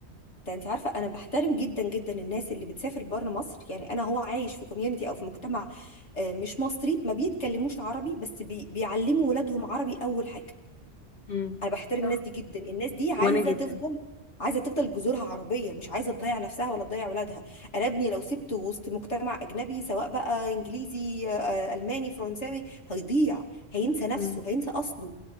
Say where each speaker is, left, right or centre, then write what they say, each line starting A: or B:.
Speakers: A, on the left; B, on the left.
A: انت عارفه انا بحترم جدا جدا الناس اللي بتسافر بره مصر يعني انا هو عايش في كوميونتي او في مجتمع آه، مش مصري ما بيتكلموش عربي بس بي... بيعلموا ولادهم عربي اول حاجه
B: امم
A: انا بحترم
B: صح
A: الناس دي جدا الناس دي عايزه
B: وانا جدا
A: تفضل عايزه تفضل جذورها عربيه مش عايزه تضيع نفسها ولا تضيع ولادها انا ابني لو سبته وسط مجتمع اجنبي سواء بقى انجليزي آه، آه، الماني فرنساوي هيضيع هينسى نفسه
B: امم
A: هينسى اصله